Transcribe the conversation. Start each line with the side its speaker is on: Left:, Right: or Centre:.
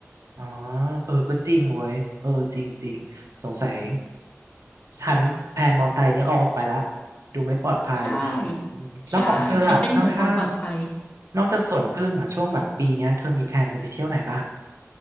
Right: อ๋อเออก็จริงเว้ยเออจริงๆสงสัยฉันแพลนมอไซค์นี้เอาออกไปละดูไม่ปลอดภัย
Left: ใช่
Right: อืมแล้วของเธออ่ะนอกถ้า
Left: ใช่ฉันเป็นห่วงความปลอดภัย
Right: นอกจากสวนผึ้งอ่ะช่วงแบบปีเนี้ยเธอมีแพลนจะไปเที่ยวไหนป่ะ